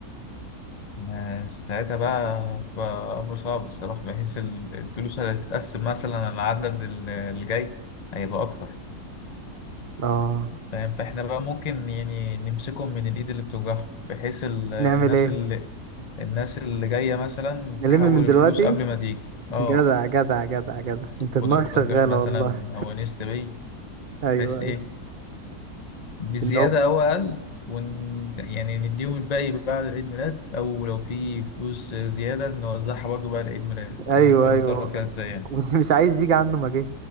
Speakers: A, on the left; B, on the right.
A: آه، ساعتها بقى هتبقى امر صعب الصراحة بحيث ال- الفلوس اللي هتتقسم مثلا على العدد ال- اللي جاي هيبقى اكتر
B: اه
A: فاهم فاحنا بقى ممكن يعني نمسكهم من الإيد اللي بتوجعهم بحيث ال- الناس
B: نعمل ايه
A: اللي الناس اللي جاية مثلا
B: نلم
A: تحول
B: من دلوقتي
A: الفلوس قبل ما تيجي اه
B: جدع جدع جدع جدع انت
A: فودافون
B: دماغك شغالة
A: كاش مثلا
B: والله
A: أو نيست باي
B: ايوه
A: بحيث
B: ايوه
A: إيه بزيادة
B: إن هو-
A: أو أقل ون يعني نديهم الباقي بعد عيد ميلاد أو لو في فلوس زيادة نوزعها برضو بعد عيد ميلاد
B: ايوه
A: أو نشوف هنتصرف
B: ايوه
A: فيها إزاي يعني
B: واللي مش عايز يجي عنه ما جه